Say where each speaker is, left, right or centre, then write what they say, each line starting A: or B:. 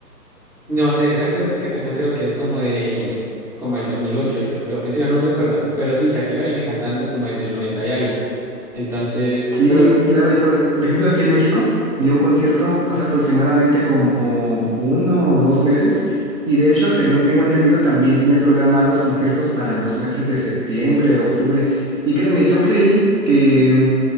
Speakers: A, on the right; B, on the right.
A: No sé, esa creo que esa canción creo que es como de como el 2008, yo creo. Mentira, no recuerdo, pero sí Shakira viene cantando como desde el 90 y algo. Entonces,
B: Sí,
A: pero
B: sí, claro. Y por, e- por ejemplo, aquí en México dio un concierto hace aproximadamente como uno o dos meses. Y de hecho, según tengo entendido, también tiene programados conciertos para los meses de septiembre, octubre. Y créeme, yo creí que